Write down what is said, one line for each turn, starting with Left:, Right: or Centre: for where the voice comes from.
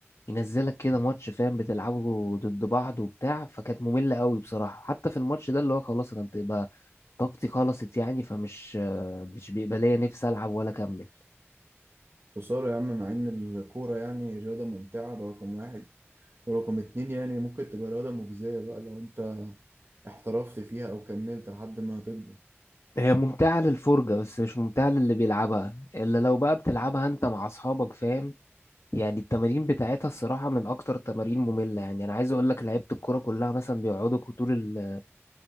Left: ينزلك كده ماتش فاهم بتلعبه ضد بعض وبتاع فكانت مملة قوي بصراحة حتى في الماتش ده اللي هو خلاص انا بتبقى طاقتي خلصت يعني فمش مش بيبقى ليا نفسي العب ولا اكمل
Right: خسارة يا عم مع ان الكورة يعني رياضة ممتعة ده رقم واحد ورقم اتنين يعني ممكن تبقى رياضة مجزية بقى لو انت احترفت فيها او كملت لحد ما تكبر
Left: هي ممتعة للفرجة بس مش ممتعة للي بيلعبها إلا لو بقى بتلعبها أنت مع أصحابك فاهم يعني التمارين بتاعتها الصراحة من أكتر التمارين مملة يعني أنا عايز أقول لك لعيبة الكورة كلها مثلا بيقعدوا ك- طول ال